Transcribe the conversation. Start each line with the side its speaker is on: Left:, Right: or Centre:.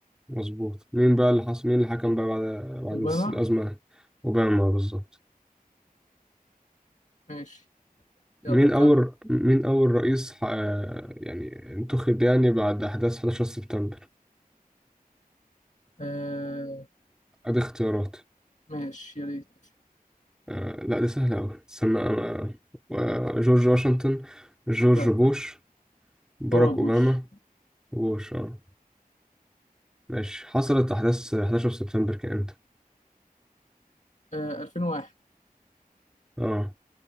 Centre: مظبوط مين بقى اللي حصل مين اللي حكم بقى بعد بعد
Left: أوباما
Centre: الأزمة أوباما بالظبط
Left: ماشي يلا
Centre: مين
Left: كمل
Centre: أول مين أول رئيس ح- آه، يعني انتخب يعني بعد أحداث 11 سبتمبر
Left: آه،
Centre: أدي اختيارات
Left: ماشي يا ريت
Centre: آه، لا دي سهلة أوي استنى آه، آه، جورج واشنطن جورج
Left: لا
Centre: بوش باراك
Left: هو
Centre: أوباما
Left: بوش
Centre: بوش اه ماشي حصلت أحداث 11 سبتمبر كان إمتى؟
Left: آه 2001
Centre: آه